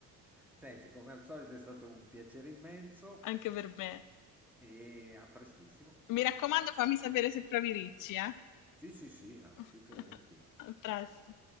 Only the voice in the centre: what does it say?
Senti, come al solito è stato un piacere immenso
e a prestissimo.
Sì, sì, sì, ah,
più che volentieri.